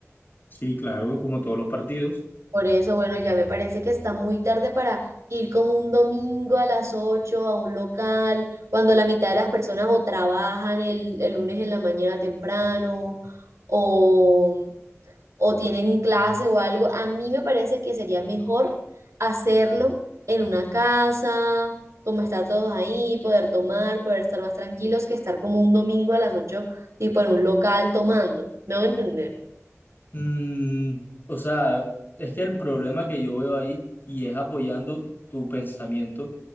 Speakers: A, on the left; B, on the right.
A: Sí, claro, como todos los partidos.
B: Por eso, bueno, ya me parece que está muy tarde para ir como un domingo a las 8 a un local, cuando la mitad de las personas o trabajan el, el lunes en la mañana temprano o, o tienen clase o algo. A mí me parece que sería mejor hacerlo en una casa, como estar todos ahí, poder tomar, poder estar más tranquilos que estar como un domingo a las 8 tipo en un local tomando. ¿Me voy a entender?
A: Mm, o sea, es que el problema que yo veo ahí, y es apoyando tu pensamiento,